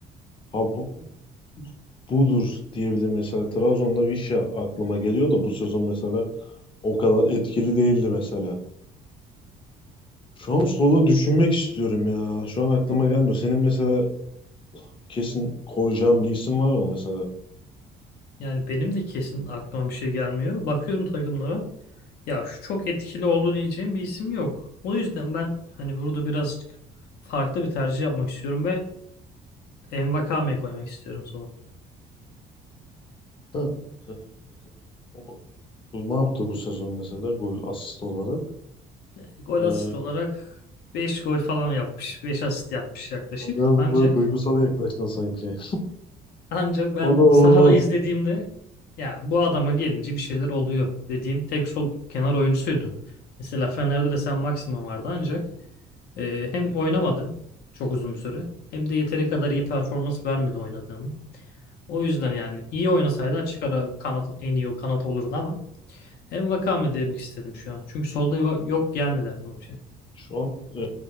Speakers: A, on the left; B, on the left.
A: ha bu, budur diyebilirim mesela. Trabzon'da Vişya aklıma geliyor da bu sezon mesela o kadar etkili değildi mesela. Şu an sola düşünmek istiyorum ya. Şu an aklıma gelmiyor. Senin mesela kesin koyacağın bir isim var mı mesela?
B: Yani benim de kesin aklıma bir şey gelmiyor. Bakıyorum takımlara. Ya şu çok etkili oldu diyeceğim bir isim yok. O yüzden ben hani burada birazcık farklı bir tercih yapmak istiyorum ve Envakame'yi koymak istiyorum sola.
A: Ha, evet. O e, ne yaptı bu sezon mesela gol asist olarak?
B: E, Gol
A: Hani
B: asist olarak 5 gol falan yapmış. beş asist yapmış yaklaşık.
A: birazcık
B: Ancak
A: böyle duygusal yaklaştın sanki.
B: ancak ben
A: O da olmaz.
B: sahada izlediğimde ya bu adama gelince bir şeyler oluyor dediğim tek sol kenar oyuncusuydu. Mesela Fener'de de sen Maximan vardı ancak Ee, hem oynamadı çok uzun bir süre hem de yeteri kadar iyi performans vermedi oynadığında. O yüzden yani iyi oynasaydı açık ara kanat en iyi kanat olurdu ama en Vakame demek istedim şu an. Çünkü solda yo- yok gelmedi aklıma bir şey.
A: Şu an e,